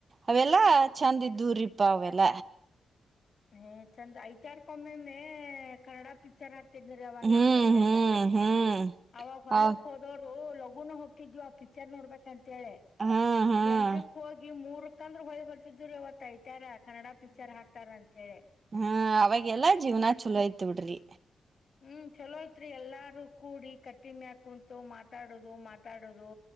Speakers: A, on the right; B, on the left.
A: ಅವೆಲ್ಲಾ ಚಂದ ಇದುರಿಪ್ಪ ಅವೆಲ್ಲ
B: ಹ ಚಂದ ಐತಾರ್ಕೊಮ್ಮೆ ಮೆ ಕನ್ನಡ ಪಿಕ್ಚರ್ ಹಾಕ್ ಇರು ಅವಾಗ
A: ಹ್ಮ್
B: ನಾಲ್ಕು ಗಂಟೆಗೆೆಗೆ
A: ಹ್ಮ್ ಹ್ಮ್
B: ಅವಾಗ ಹೊಲ್ಲುಕ್
A: ಹೌ
B: ಹೋದೋರು ಲಗುನು ಹೋಗಿದು ಆ ಪಿಕ್ಚರ್ ನೋಡ್ಬೇಕ ಅಂತೇಳಿ
A: ಹ್ಮ್ ಹ್ಮ್
B: ಎಂಟಕ್ ಹೋಗಿ ಮೂರ್ ಹಕಂದ್ರ ಹೊಳಿ ಬರ್ತಿದರು ಇವತ್ತ ಐತಾರ ಕನ್ನಡ ಪಿಕ್ಚರ್ ಹಾಕ್ತಾರ ಅಂತೇಳಿ
A: ಹ್ಮ ಅವಾಗೆಲ್ಲಾ ಜೀವ್ನ ಚಲೋ ಯ್ತ್ ಬಿಡ್ರಿ
B: ಹ್ಮ್ ಚಲೋ ಐತ್ರಿ ಎಲ್ಲಾರೂ ಕೂಡಿ ಕಟ್ಟಿಮೆಕ ಕುಂತು ಮಾತಾಡದು ಮಾ ಆಟ ಆಡೋದು